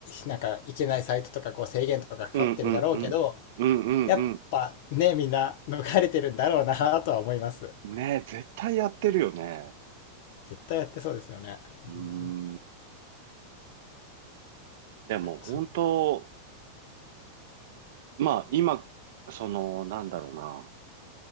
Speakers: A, on the left (about 50°); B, on the right (about 55°).
A: なんかいけないサイトとかこう制限とかかかってるだろうけど、
B: うんうんうん。うんうん
A: やっぱね、みんな逃れてるんだろうなとは思います。
B: うん。ねえ、絶対やってるよね。
A: 絶対やってそうですよね。うん、
B: うーん。でも本当、
A: そ、
B: まあ今、その、なんだろうな。